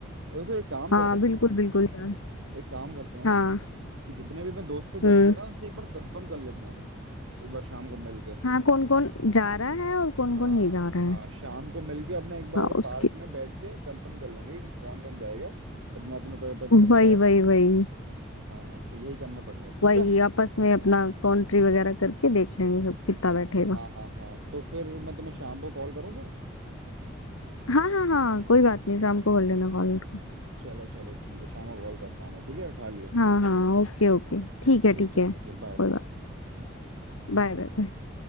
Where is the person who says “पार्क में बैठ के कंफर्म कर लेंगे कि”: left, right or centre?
Right